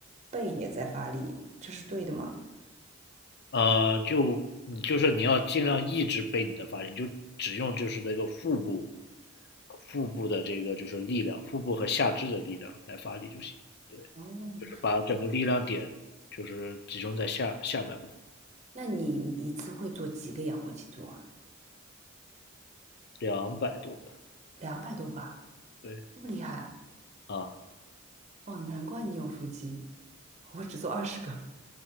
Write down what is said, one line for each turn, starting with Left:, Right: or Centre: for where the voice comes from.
Right: 背也在发力，这是对的吗？
Left: 呃，就你就是你要尽量抑制背你的发力，你就只用就是那个腹部，腹部的这个就是力量，腹部和下肢的力量来发力就行。对，
Right: 哦，
Left: 就是把整个力量点就是集中在下下半部分，
Right: 那你一次会做几个仰卧起坐啊
Left: 两百多个。
Right: 两百多个啊，
Left: 对
Right: 这么厉害啊！
Left: 啊，
Right: 哦，难怪你有腹肌，我只做二十个。